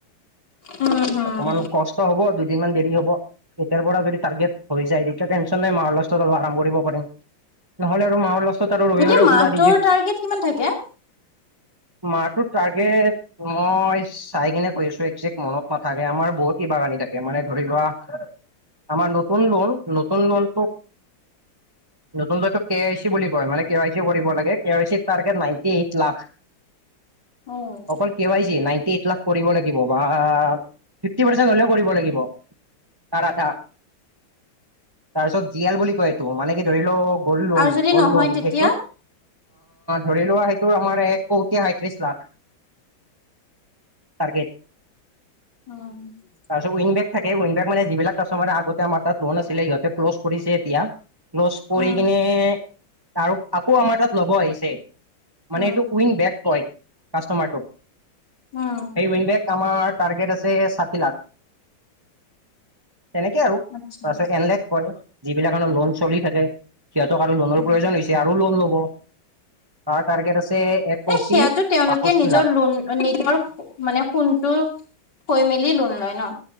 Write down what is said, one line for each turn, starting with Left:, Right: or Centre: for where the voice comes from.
Left: উম হম
Right: অকমান কষ্ট হব, দুদিনমান দেৰি হ'ব। এতিয়াৰ পৰা যদি টাৰ্গেট হৈ যায়, তেতিয়া টেনচন নাই, মাহৰ লাষ্টত অলপ আৰাম কৰিব পাৰিম। নহ'লে আৰু মাহৰ লাষ্টত আৰু ৰবিবাৰে
Left: গোটেই মাহটোৰ
Right: খোলা দি দিয়ে
Left: টাৰ্গেট কিমান থাকে?
Right: মাহটো টাৰ্গেট মই চাই কিনে কৈ আছোঁ, একজেক্ট মনত নাথাকে। আমাৰ বহুত কিবাগানি থাকে মানে ধৰি লোৱা আমাৰ নতুন লোন। নতুন লোনটো নতুন লোৱাটো কে আই চি বুলি কয় মানে কে আই চি কৰিব লাগে। কে ৱই চি তাৰ নাইটি এইট লাখ,
Left: উম,
Right: অকল কে আই চি এ নাইটি এইট লাখ। কৰিব লাগিব বা, ফিফটি পাৰ্চেণ্ট হ'লেও কৰিব লাগিব। তাৰ আধা তাৰপিছত জিয়েল বুলি কয় এইটো মানে কি ধৰি লওক গল্ড লোন
Left: আৰু যদি
Right: গল্ড
Left: নহয়
Right: লোন সেইটোত
Left: তেতিয়া
Right: ধৰি লোৱা, সেইটোৰ আমাৰ এক কোটি সাইত্ৰিশ লাখ। টাৰগেট।
Left: <inaudible>
Right: তাৰিছত উইংগেট থাকে, উইংগেট মানে যিবিলাক কাষ্টমাৰে আগতে আমাৰ তাত লোন আঁছিলে সিহঁতে ক্লছ কৰিছে এতিয়া। ক্লছ কৰি
Left: উম
Right: কিনে, তাৰ আকৌ আমাৰ তাত ল'ব আহিছে। মানে
Left: উম
Right: এইটোক উইন বেক কয় কাষ্টমাৰটোক।
Left: উম
Right: সেই উইনডেক আমাৰ টাৰ্গেট আছে ষাঠি লাখ। তেনেকে আৰু
Left: আচ্ছা
Right: তাৰিছত এনলেক কয়। যিবিলাক কাৰনৰ লোন চলি থাকে, সিহঁতক আৰু লোনৰ
Left: উম
Right: প্ৰয়োজন হৈছে আৰু লোন ল'ব। তাৰ টাৰ্গেট আছে এক কোটি
Left: এ সেয়াাতো তেওঁলোকে
Right: বাষষ্ঠি
Left: নিজৰ
Right: লাখ
Left: লোন নিজৰ মানে সোণটো থৈ মেলি লোন লয় ন?